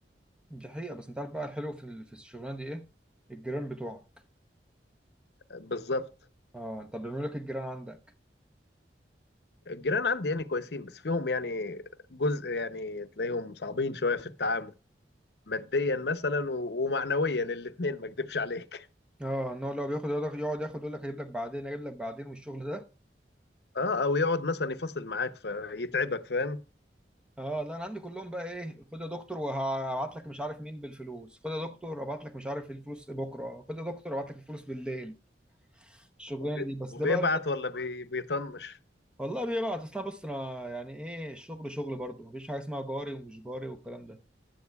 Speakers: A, in the centre; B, on the left (about 65°).
A: دي حقيقة بس انت عارف بقى الحلو في ال- في الشغلانه دي ايه الجيران بتوعك
B: بالظبط
A: اه انت بيعملوا لك الجيران عندك
B: الجيران عندي يعني كويسين بس فيهم يعني جزء يعني تلاقيهم صعبين شويه في التعامل ماديا مثلا و- ومعنويا الاتنين ما اكذبش عليك
A: اه ان هو لو بياخد يقعد ياخد يقول لك هجيب لك بعدين اجيب لك بعدين والشغل ده
B: اه او يقعد مثلا يفاصل معاك فيتعبك فاهم
A: اه لا انا عندي كلهم بقى ايه خد يا دكتور وهبعت لك مش عارف مين بالفلوس خد يا دكتور ابعت لك مش عارف الفلوس بكره خد يا دكتور ابعت لك الفلوس بالليل الشغلانه
B: وبي...
A: دي بس
B: وبيبعت
A: ده بقى
B: ولا بي... بيطنش
A: والله بيبعت اصل أنا بص انا يعني ايه الشغل شغل برضه مفيش حاجه اسمها جاري ومش جاري والكلام ده